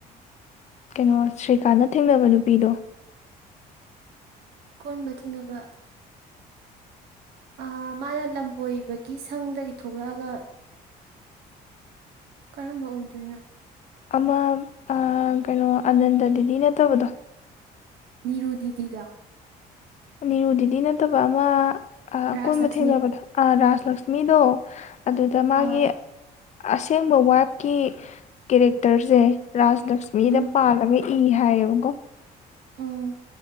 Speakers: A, on the left (about 45°); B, on the right (about 75°).
A: ꯀꯩꯅꯣ ꯁ꯭ꯔꯤꯀꯥꯟꯅ ꯊꯦꯡꯅꯕ ꯅꯨꯄꯤꯗꯣ
B: ꯀꯣꯟꯕ ꯊꯦꯡꯅꯕ ꯑ ꯃꯥꯅ ꯂꯝꯕꯣꯏꯕꯒꯤ ꯁꯪꯗꯒꯤ ꯊꯣꯛꯂꯛꯑꯒ ꯀꯔꯝꯕ ꯑꯣꯏꯗꯣꯏꯅꯣ
A: ꯑꯃ ꯀꯩꯅꯣ ꯑꯅꯟꯗ ꯗꯦꯗꯤ ꯅꯠꯇꯕꯗꯣ
B: ꯔꯣꯗꯤꯗꯗ
A: ꯅꯤꯔꯨꯗꯨꯗꯤ ꯅꯠꯇꯕ ꯑꯃ
B: ꯔꯥꯖ
A: ꯑꯀꯣꯟꯕ
B: ꯂꯛꯁꯃꯤ
A: ꯊꯦꯡꯅꯕꯗ ꯔꯥꯁ ꯂꯛꯁꯃꯤꯗꯣ ꯑꯗꯨꯗ ꯃꯥꯒꯤ
B: ꯑꯥ
A: ꯑꯁꯦꯡꯕ ꯋꯥꯏꯐꯀꯤ ꯀꯦꯔꯦꯛꯇꯔꯁꯦ ꯔꯥꯖ ꯂꯛꯁꯃꯤꯗ
B: ꯎꯝ
A: ꯄꯥꯜꯂꯒ ꯏ ꯍꯥꯏꯌꯦꯕꯀꯣ
B: ꯎꯝ